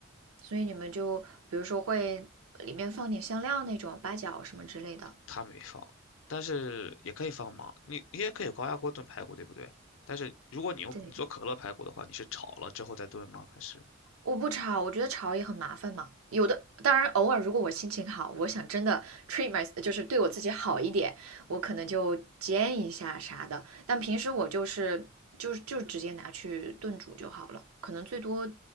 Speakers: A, on the right; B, on the left.
A: 所以你们就比如说会里面放点香料那种八角什么之类的。
B: 他没放，但是也可以放嘛，你你也可以高压锅炖排骨，对不对？但是如果你用你做可乐排骨的话，
A: 对。
B: 你是炒了之后再炖吗？还是
A: 我不炒，我觉得炒也很麻烦嘛。有的，当然偶尔如果我心情好，我想真的 treat my，就是对我自己好一点，我可能就煎一下啥的。但平时我就是就就直接拿去炖煮就好了，可能最多